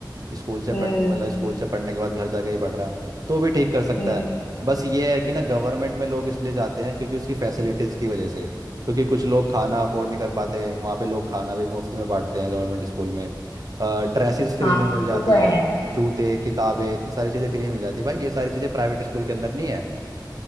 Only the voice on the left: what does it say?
हम्म
हम्म
हाँ
वो तो
है